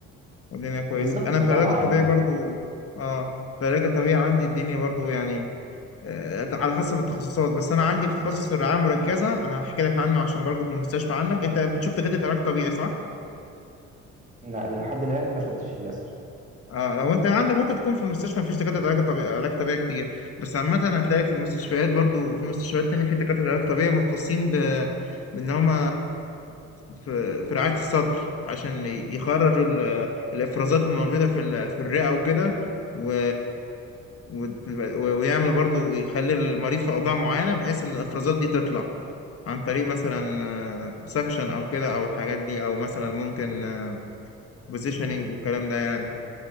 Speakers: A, on the left (about 50°); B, on the right (about 25°).
A: والدنيا كويسة
B: بالظبط
A: انا في
B: طبعا
A: العلاج الطبيعي برضو اه في العلاج الطبيعي عندي الدنيا برضو يعني آه على حسب التخصصات بس انا عندي في تخصص الرعاية المركزة انا هحكي لك عنه عشان برضو في المستشفى عندك انت بتشوف دكاترة علاج طبيعي صح؟
B: لا لحد الان ما شفتش للاسف
A: اه لو انت عندك ممكن تكون في المستشفى مفيش دكاتره علاج طبيعي علاج طبيعي كتير بس عامه هتلاقي في المستشفيات برضو في مستشفيات تانية في دكاتره علاج طبيعي مختصين ب... بان هم في... في رعايه الصدر عشان يخرجوا ال... الافرازات اللي موجوده في ال... في الرئه وكده و... و... ويعملوا برضو ويخلي المريض في اوضاع معينه بحيث ان الافرازات دي تطلع عن طريق مثلا
B: آه،
A: سكشن او كده او الحاجات دي او مثلا ممكن بوزيشننج والكلام ده يعني